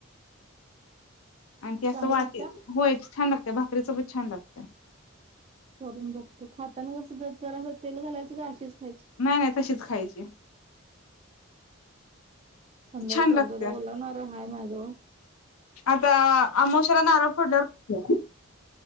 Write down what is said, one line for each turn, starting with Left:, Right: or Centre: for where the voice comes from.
Right: चांगल्या
Left: आणि ती असं वाटी
Right: लागत्या
Left: होय छान लागते भाकरी सोबत छान लागते.
Right: करून बघतो खाताना कस ज तर असं तेल घालायचं का अशीच खायची?
Left: नाही नाही तशीच खायचे.
Right: संध्याकाळी
Left: छान
Right: करतो
Left: लागते
Right: तर ओला नारळ हाय माझ्याजवळ
Left: आता, आमोवशाला नारळ फोडल्यावर.